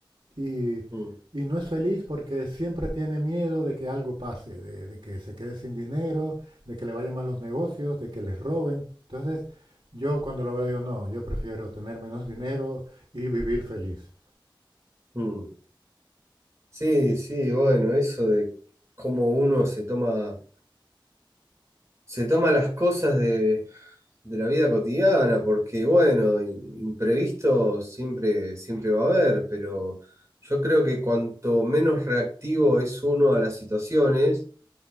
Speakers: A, on the right; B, on the right.
A: y,
B: Mm,
A: y no es feliz porque siempre tiene miedo de que algo pase, de, de que se quede sin dinero, de que le vayan mal los negocios, de que les roben. Entonces, yo cuando lo veo digo, no, yo prefiero tener menos dinero y vivir feliz.
B: mm. Sí, sí, bueno, eso de cómo uno se toma, se toma las cosas de, de la vida cotidiana, porque bueno, in- imprevisto siempre, siempre va a haber, pero yo creo que cuanto menos reactivo es uno a las situaciones,